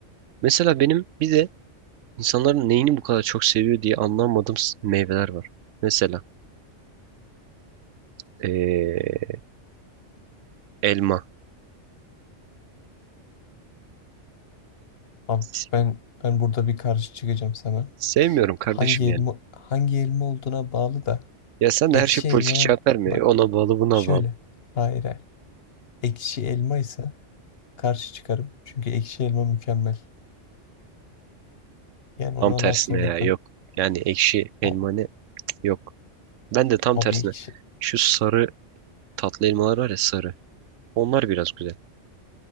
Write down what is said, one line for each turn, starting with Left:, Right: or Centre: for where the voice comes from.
Right: Mesela benim bir de insanların neyini bu kadar çok seviyor diye anlamadığım s- meyveler var. Mesela ee, elma.
Left: Abi
Right: S-
Left: ben ben burada bir karşı çıkacağım sana.
Right: Sevmiyorum kardeşim
Left: Hangi
Right: yani.
Left: elma hangi elma olduğuna bağlı da
Right: Ya sen
Left: ekşi
Right: de her şey politik
Left: elmaya
Right: cevap verme.
Left: bak
Right: Ona bağlı buna
Left: şöyle.
Right: bağlı.
Left: Hayır hayır. Ekşi elma ise Karşı çıkarım. Çünkü ekşi elma mükemmel. Yani
Right: Tam
Left: ona
Right: tersine
Left: laf söyletmem.
Right: ya yok. Yani ekşi elmanı
Left: A-
Right: yok. Ben de tam
Left: Abi
Right: tersine.
Left: ekşi.
Right: Şu sarı tatlı elmalar var ya sarı. Onlar biraz güzel.